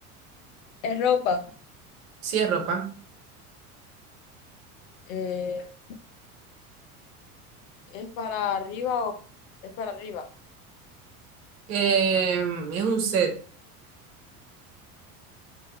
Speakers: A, on the left; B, on the right.
A: Es ropa.
B: Sí, es ropa.
A: Eh, ¿Es para arriba o es para arriba?
B: Eh, es un set.